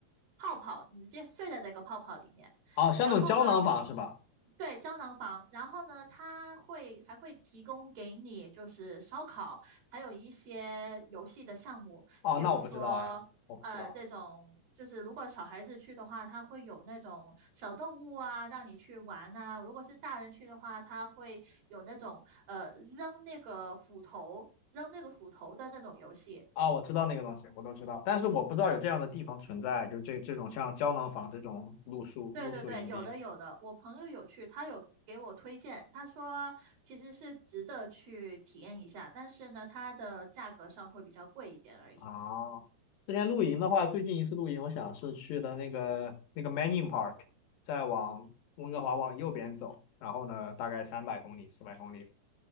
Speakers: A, on the right (about 60°); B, on the left (about 80°).
A: 泡泡，你直接睡在这个泡泡里面，
B: 哦，像那种胶囊房是吧？
A: 然后呢。对，胶囊房，然后呢，它会还会提供给你就是烧烤，还有一些游戏的项目，
B: 哦，
A: 譬如说，
B: 那我不知道呀，我不知道。
A: 呃，这种就是如果小孩子去的话，他会有那种小动物啊，让你去玩啊；如果是大人去的话，他会有那种呃扔那个斧头、扔那个斧头的那种游戏。
B: 啊，我知道那个东西，我都知道，但是我不知道有这样的地方存在，就是这这种像胶囊房这种露宿露宿营地
A: 对对对，有的有的，我朋友有去，他有给我推荐，他说其实是值得去体验一下，但是呢，它的价格上会比较贵一点而已。
B: 啊。之前露营的话，最近一次露营，我想是去的那个那个 Manning Park，再往温哥华往右边走，然后呢，大概三百公里、四百公里，